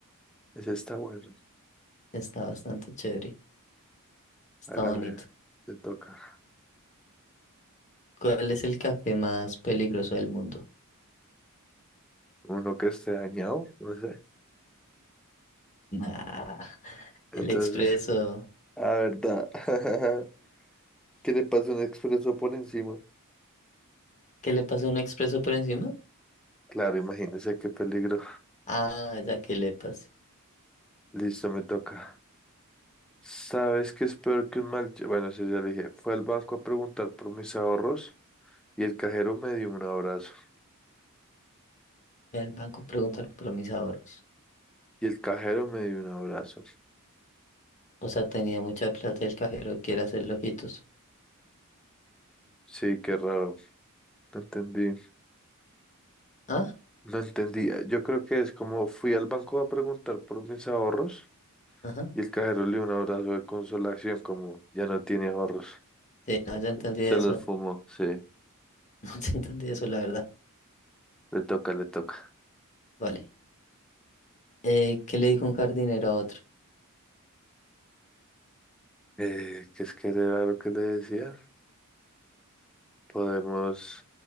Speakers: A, in the centre; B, on the left.
A: Ese está bueno.
B: Está bastante chévere. Está
A: Hágale.
B: bonito.
A: le toca.
B: ¿Cuál es el café más peligroso del mundo?
A: Uno que esté dañado, no sé.
B: Ah,
A: Entonces,
B: el expreso.
A: a verdad. <laughs> ¿Qué le pasa un expreso por encima?
B: ¿Qué le pasa a un expreso por encima?
A: Claro, imagínese qué peligro.
B: Ah, ya que le pasa.
A: Listo, me toca. ¿Sabes qué es peor que un mal... ch- Bueno, eso ya le dije. Fue al banco a preguntar por mis ahorros y el cajero me dio un abrazo.
B: El banco pregunta por mis ahorros.
A: Y el cajero me dio un abrazo.
B: O sea, tenía mucha plata y el cajero quiere hacerle ojitos.
A: Sí, qué raro. No entendí,
B: Ah,
A: no entendí. Ah, Yo creo que es como fui al banco a preguntar por mis ahorros
B: ajá.
A: y el cajero le dio un abrazo de consolación como ya no tiene ahorros.
B: Sí, no, ya entendí
A: Se
B: eso.
A: los fumó,
B: <laughs>
A: sí.
B: No, ya entendí eso, la verdad.
A: Le toca, le toca.
B: Vale. Eh, ¿qué le dijo un jardinero a otro?
A: Eh, ¿qué es que era lo que le decía? Podemos